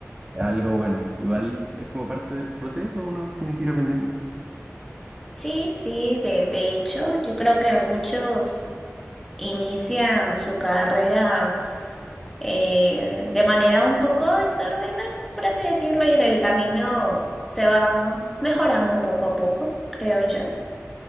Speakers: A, on the right (about 15°); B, in the centre.
A: es algo bueno. Igual es como parte del proceso, uno tiene que ir aprendiendo.
B: Sí, sí, de, de hecho, yo creo que muchos inician su carrera eh, de manera un poco desordenada, por así decirlo, y en el camino se va mejorando poco a poco, creo yo.